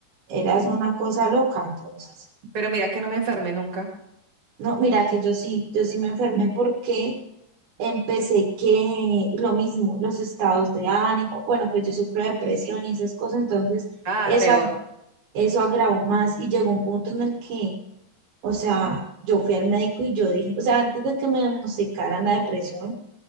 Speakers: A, on the right; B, on the right.
A: eras una cosa loca entonces.
B: Pero mira que no me enfermé nunca.
A: No, mira que yo sí, yo sí me enfermé porque empecé que lo mismo, los estados de ánimo, bueno, pues yo sufro de depresión y esas cosas, entonces
B: Ah,
A: eso,
B: peor.
A: ag- eso agravó más y llegó un punto en el que, o sea, yo fui al médico y yo dije, o sea, antes de que me diagnosticaran la depresión,